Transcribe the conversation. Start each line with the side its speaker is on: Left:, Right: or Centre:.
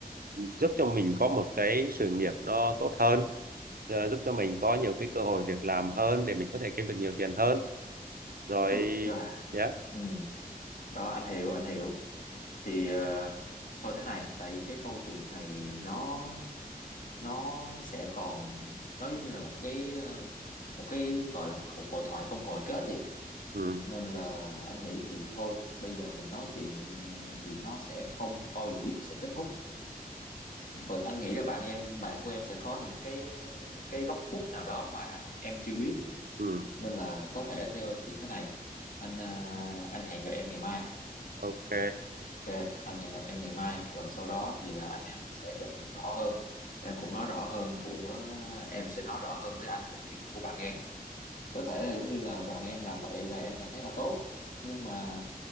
Right: giúp cho mình có một cái sự nghiệp nó tốt hơn ờ, giúp cho mình có nhiều cái cơ hội việc làm hơn để mình có thể kiếm được nhiều tiền hơn rồi
Left: Chu cho à
Right: yeah
Left: ừ đó anh hiểu anh hiểu thì ờ, thôi thế này tại vì cái câu chuyện này nó nó sẽ còn nó giống như là một cái ờ, một cái gọi là một cuộc hội thoại không hồi kết vậy
Right: ừ
Left: nên là anh nghĩ thì thôi bây giờ mình nói chuyện ờ, thì nó sẽ không bao giờ biết cái sự kết thúc và anh nghĩ là bạn em bạn của em sẽ có những cái những cái góc khuất nào đó mà em chưa biết
Right: ừ
Left: nên là có thể theo thì thế này anh à, anh hẹn gặp em ngày mai
Right: ok
Left: ok anh hẹn gặp em ngày mai rồi sau đó thì à, anh em mình sẽ trò chuyện rõ hơn em cũng nói rõ hơn của em sẽ nói rõ hơn với anh về cái trường hợp của bạn em có thể là giống như là bạn em làm vậy là em cảm thấy là tốt nhưng mà